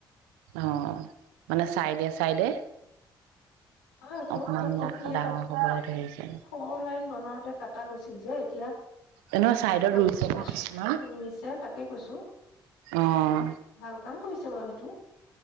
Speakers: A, on the right; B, on the left.
A: অ মানে চাইডে চাইডে
B: হয় আকৌ
A: অকমান
B: এই তেতিয়া
A: ডাঙৰ হবলৈ ধৰিছে।
B: ফৰ লাইন বনাওতে কাটা গৈছিল যে এতিয়া
A: এনেকুৱা চাইডত
B: আকৌ
A: ৰুইছে ন কিছুমান
B: ৰুইছে তাকে কৈছো
A: অ',
B: ভাল কাম কৰিছে বাৰু সেইটো